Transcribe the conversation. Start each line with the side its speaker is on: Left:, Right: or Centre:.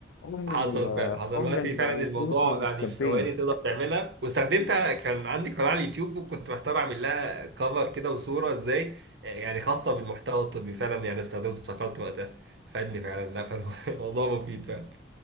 Left: ام
Right: حصل
Left: ال
Right: فعلا حصل
Left: ام
Right: دلوقتي فعلا
Left: الريكروتمنت
Right: الموضوع يعني
Left: كامبين
Right: في ثواني تقدر تعملها واستخدمتها كان عندي قناة على اليوتيوب وكنت محتار اعمل لها كفر كده وصورة ازاي يعني خاصة بالمحتوى الطبي فعلا يعني استخدمته افتكرت وقتها فادني فعلا لا فالموضوع <laughs> مفيد فعلا